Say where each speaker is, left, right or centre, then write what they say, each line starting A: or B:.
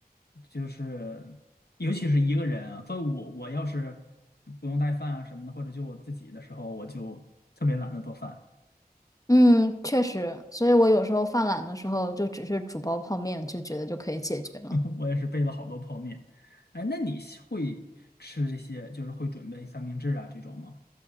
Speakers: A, on the left; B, on the left.
A: 就是尤其是一个人啊，所以我我要是不用带饭啊什么的，或者就我自己的时候，我就特别懒得做饭，
B: 嗯，确实，所以我有时候犯懒的时候，就只是煮包泡面，就觉得就可以解决了。
A: <laughs> 我也是备了好多泡面。哎，那你喜会吃这些，就是会准备三明治啊这种吗？